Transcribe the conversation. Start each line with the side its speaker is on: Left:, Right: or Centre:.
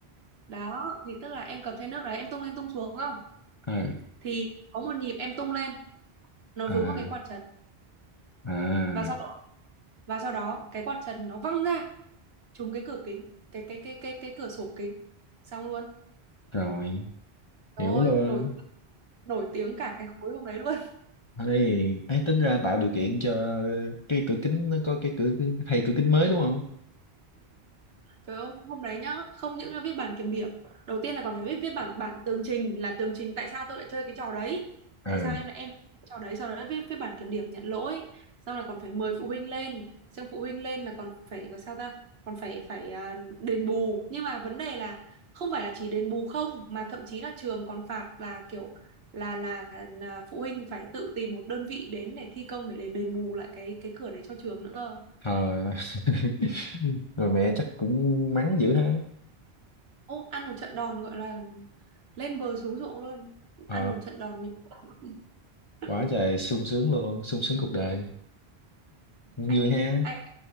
Right: đó thì tức là em cầm chai nước đấy em tung lên tung xuống không
Left: à,
Right: thì có một nhịp em tung lên, nó
Left: à,
Right: vướng vào cái quạt trần
Left: à
Right: và sau và sau đó cái quạt trần nó văng ra trúng cái cửa kính, cái cái cái cái cái cửa sổ kính. Xong luôn.
Left: rồi
Right: Rồi,
Left: hiểu luôn
Right: nổi nổi tiếng cả cái khối hôm đấy luôn.
Left: ấy ấy tính ra tạo điều kiện cho cái cửa kính nó có cái cửa thay cửa kính mới đúng không
Right: Trời ơi, hôm đấy nhá, không những là viết bản kiểm điểm, đầu tiên là còn phải viết viết bản bản tường trình là tường trình tại sao tôi lại chơi cái trò đấy.
Left: ờ
Right: Tại sao em lại em trò đấy sau đó lại viết viết bản kiểm điểm nhận lỗi, xong là còn phải mời phụ huynh lên, xong phụ huynh lên là còn phải có sao ta, còn phải phải à, đền bù. Nhưng mà vấn đề là không phải là chỉ đền bù không mà thậm chí là trường còn phạt là kiểu là là, là phụ huynh phải tự tìm một đơn vị đến để thi công để để đền bù lại cái cái cửa đấy cho trường nữa cơ.
Left: Ờ. <laughs> rồi mẹ chắc cũng mắng dữ ha
Right: Ô, ăn một trận đòn gọi là lên bờ xuống ruộng luôn.
Left: ờ
Right: Ăn một trận đòn như <laughs>
Left: quá trời sung sướng luôn sung sướng cuộc đời vui
Right: anh
Left: ha
Right: anh